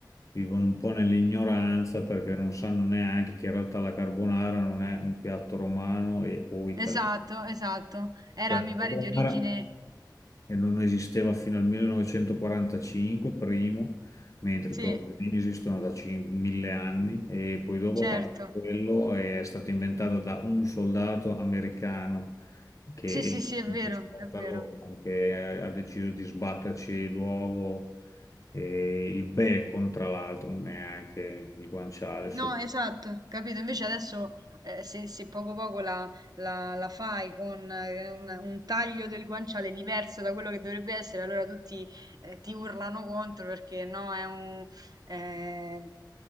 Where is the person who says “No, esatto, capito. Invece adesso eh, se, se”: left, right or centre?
Right